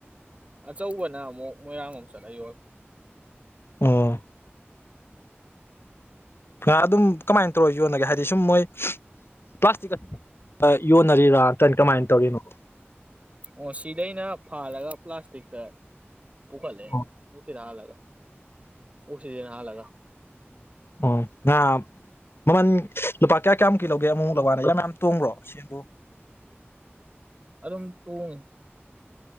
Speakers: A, on the right (about 30°); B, on the left (about 60°).
A: ꯑꯆꯧꯕꯅ ꯑꯃꯨꯛ ꯃꯣꯏꯔꯥꯡꯂꯣꯝ ꯆꯠꯂ ꯌꯣꯜ
B: ꯑꯣ ꯑꯗꯨꯝ ꯀꯃꯥꯏꯅ ꯇꯧꯔ ꯌꯣꯟꯅꯒꯦ ꯍꯥꯏꯗꯤ ꯁꯨꯝ ꯃꯣꯏ ꯄ꯭ꯂꯥꯁꯇꯤꯛꯀ ꯌꯣꯟꯅꯔꯤꯔꯥ ꯅꯠꯇ ꯀꯃꯥꯏꯅ ꯇꯧꯔꯤꯅꯣ
A: ꯑꯣ ꯁꯤꯗꯩꯅ ꯐꯥꯜꯂꯒꯥ ꯄ꯭ꯂꯥꯁꯇꯤꯛꯇ ꯄꯨꯈꯠꯂꯦ
B: ꯑꯣ
A: ꯅꯨꯡꯁꯤꯠ ꯍꯜꯂꯒꯥ ꯑꯣꯀ꯭ꯁꯤꯖꯦꯟ ꯍꯥꯟꯂꯒ
B: ꯑꯣ <unintelligible> ꯃꯃꯟ ꯂꯨꯄꯥ ꯀꯌꯥ ꯀꯌꯥꯃꯨꯛꯀꯤ ꯂꯧꯒꯦ ꯑꯃꯨꯛ ꯃꯨꯛ ꯂꯧ ꯀꯥꯟꯗ ꯃꯌꯥꯝ ꯃꯌꯥꯝ ꯇꯣꯡꯕ꯭ꯔꯣ
A: ꯎꯝ
B: ꯁꯦꯟꯕꯣ
A: ꯑꯗꯨꯝ ꯇꯣꯡꯉꯦ